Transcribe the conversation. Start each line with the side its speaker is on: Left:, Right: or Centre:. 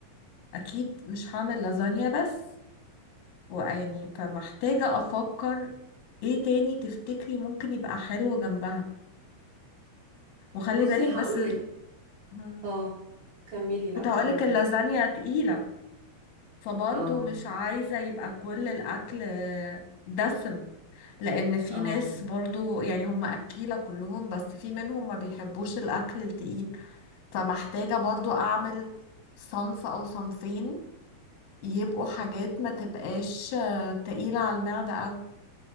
Left: اكيد مش هعمل لازانيا بس ويعني فمحتاجة افكر ايه تاني تفتكري ممكن يبقى حلو جنبها وخلي
Right: بصي
Left: بالك
Right: هقولك
Left: بس ال- مم.
Right: اه كملي لا
Left: كنت هقولك
Right: قوليلي
Left: اللازانيا تقيلة فبرضه
Right: اه
Left: مش عايزة يبقى كل الأكل دسم لأن في
Right: اه
Left: ناس برضه يعني هم أكيلة كلهم بس في منهم ما بيحبوش الأكل التقيل فمحتاجة برضو أعمل صنف أو صنفين يبقوا حاجات ما تبقاش آه، تقيلة على المعدة أوي